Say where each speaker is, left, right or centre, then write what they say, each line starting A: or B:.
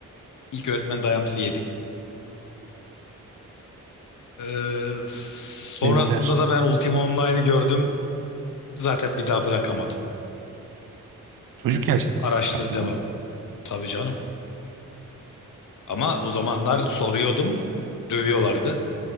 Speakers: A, on the left; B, on the right.
A: İlk öğretmen dayamızı yedik. Ee, sonrasında
B: Benzer.
A: da ben Ultima Online'ı gördüm. Zaten bir daha bırakamadım.
B: Çocuk yaşta
A: Araştır
B: şey yaptın
A: devam.
B: ha?
A: Tabii canım. Ama o zamanlar soruyordum, dövüyorlardı.